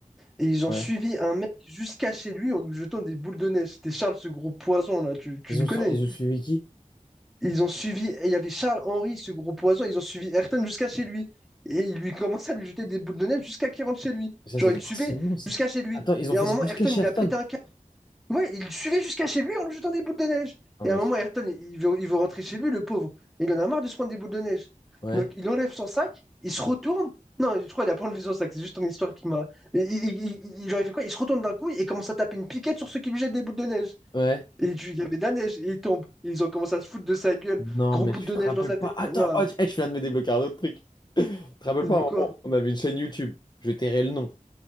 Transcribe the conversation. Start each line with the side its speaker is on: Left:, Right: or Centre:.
Centre: Et ils
Left: Ouais.
Centre: ont suivi un mec jusqu'à chez lui en lui jetant des boules de neige. C'était Charles, ce gros poison là. Tu, tu
Left: Ils
Centre: le
Left: ont,
Centre: connais?
Left: sor- ils ont suivi qui?
Centre: Ils ont suivi, il y avait Charles Henry, ce gros poison, ils ont suivi Ayrton jusqu'à chez lui. Et ils lui commençaient à lui jeter des boules de neige jusqu'à qu'il rentre chez lui.
Left: Ça,
Centre: Genre,
Left: c'est
Centre: ils
Left: de
Centre: le
Left: l'harcèlement,
Centre: suivaient
Left: ça.
Centre: jusqu'à chez lui.
Left: Attends, ils ont
Centre: Et
Left: fait
Centre: à un moment,
Left: ça jusqu'à
Centre: Ayrton,
Left: Sherton.
Centre: il a pété un câble. Ouais, il le suivait jusqu'à chez lui en lui jetant des boules de neige.
Left: Oh,
Centre: Et
Left: mais.
Centre: à un moment, Ayrton, il veut, il veut rentrer chez lui, le pauvre. Et il en a marre de se prendre des boules de neige.
Left: Ouais.
Centre: Donc, il enlève son sac, il se retourne. Non, je crois qu'il a pas enlevé son sac, c'est juste ton histoire qui m'a. Et il- il- il- Genre, il fait quoi? Il se retourne d'un coup et commence à taper une piquette sur ceux qui lui jettent des boules de neige.
Left: Ouais.
Centre: Et tu- il y avait de la neige, et il tombe. Ils ont commencé à se foutre de sa gueule.
Left: Non,
Centre: Gros
Left: mais
Centre: boule
Left: tu
Centre: de
Left: te
Centre: neige
Left: rappelles.
Centre: dans sa tête.
Left: Attends,
Centre: pour- Non,
Left: oh, eh, je viens de me débloquer un autre truc. <laughs> Tu te rappelles
Centre: de
Left: pas, à un moment,
Centre: quoi?
Left: on avait une chaîne YouTube. Je tairai le nom.